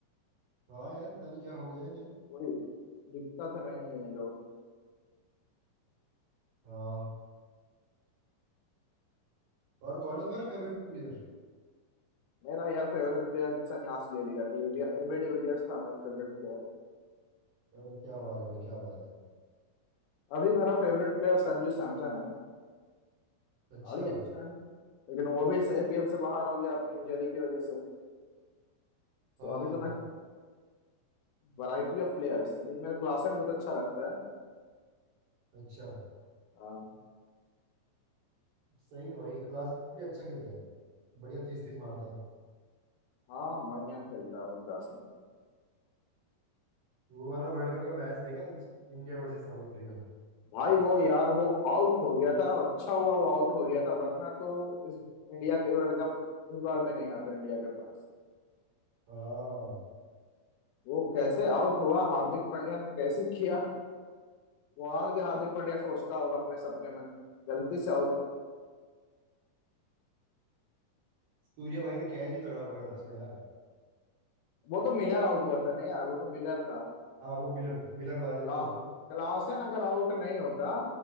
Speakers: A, on the right (about 75°); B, on the left (about 80°).
A: हाँ यार पता नहीं क्या हो गया इन्हें
B: कोई दिक्कत में है ये लोग
A: हाँ और कौन है तुम्हारा फेवरेट प्लेयर
B: मेरा यार फेवरेट प्लेयर संन्यास ले लिया डिविलियर एबी डिविलियर्स था मेरा फेवरेट प्लेयर
A: अरे क्या बात है भाई क्या बात है
B: अभी मेरा फेवरेट प्लेयर संजू सैमसन है खिलाड़ी
A: अच्छा
B: अच्छा है लेकिन वो भी एपीएल से बाहर हो गया अपनी इंजरी की वजह से
A: हाँ
B: तो अभी
A: हाँ
B: तो
A: हाँ
B: मैं वैरायटी ऑफ प्लेयर्स अभी मेरा क्लासन बहुत अच्छा लगता है
A: अच्छा
B: हाँ
A: सही है भाई क्लास भी अच्छा खेलता है बढ़िया तीस तीस मारता है
B: हाँ बढ़िया खेलता है भाई क्लासन
A: वो वाला वर्ल्ड कप का मैच देखा था इंडिया वर्सेस साउथ अफ्रीका
B: भाई वो यार वो आउट हो गया था अच्छा हुआ वो आउट हो गया था वरना तो इस इंडिया के वर्ल्ड कप इस बार भी नहीं आता इंडिया के पास
A: हाँ
B: वो कैसे आउट हुआ हार्दिक पांड्या ने कैसे किया वो आज भी हार्दिक पांड्या सोचता होगा अपने सपने में गलती से आउट
A: सूर्या भाई ने कैच भी तगड़ा पकड़ा था उसमें यार
B: वो तो मिलर आउट हुआ था नहीं यार वो तो मिलर था
A: हाँ वो मिलर मिलर वाला ही
B: क्ला
A: तो बोल रहा हूँ
B: क्लासन अगर आउट नहीं होता